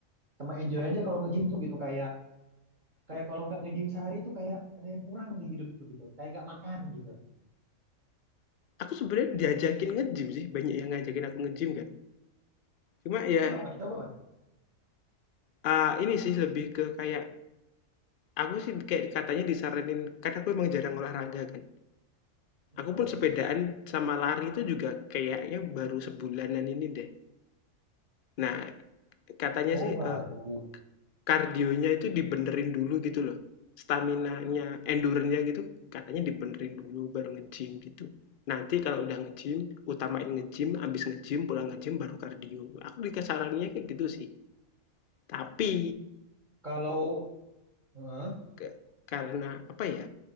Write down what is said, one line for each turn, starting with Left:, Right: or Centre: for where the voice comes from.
Right: sama enjoy aja kalau nge-gym tuh gitu kayak kayak kalau nggak nge-gym sehari tuh kayak ada yang kurang di hidup tuh gitu kayak nggak makan gitu
Left: Aku sebenarnya diajakin nge-gym sih, banyak yang ngajakin aku nge-gym kan. Cuma ya,
Right: kenapa nggak coba mas
Left: eee, ini sih lebih ke kayak aku sih kayak katanya disaranin kan aku emang jarang olahraga kan.
Right: Heeh.
Left: Aku pun sepedaan sama lari itu juga kayaknya baru sebulanan ini deh. Nah Katanya
Right: oh
Left: sih,
Right: baru
Left: eee, kardionya itu dibenerin dulu gitu loh, staminanya, endure-nya gitu katanya dibenerin dulu baru nge-gym gitu. Nanti kalau udah nge-gym, utamain nge-gym, habis nge-gym, pulang nge-gym, baru kardio. Aku dikasarannya kayak gitu sih. Tapi
Right: kalau Heeh,
Left: ke karena apa ya,